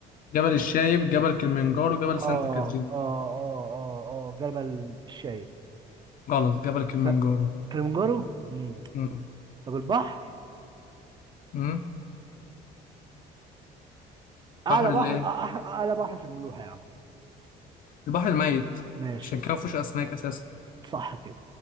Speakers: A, on the left; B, on the right.
A: جبل الشايب جبل كليمنجارو جبل
B: اه
A: سانت كاترين
B: اه اه اه اه جبل الشايب
A: غلط جبل كليمنجارو
B: س- كليمنجارو امم
A: مم.
B: طب البحر
A: مم.
B: اعلى
A: بحر
B: بحر
A: الايه
B: أح- اعلى بحر في الملوحه يا عم
A: البحر الميت
B: ماشي
A: عشان كده مفيهوش اسماك اساسا
B: صح كده